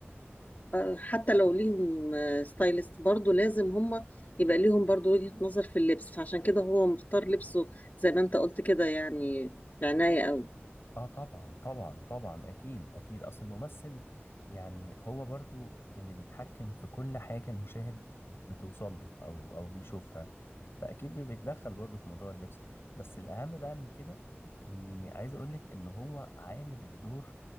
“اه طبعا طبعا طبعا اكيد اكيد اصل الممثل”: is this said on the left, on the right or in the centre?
Left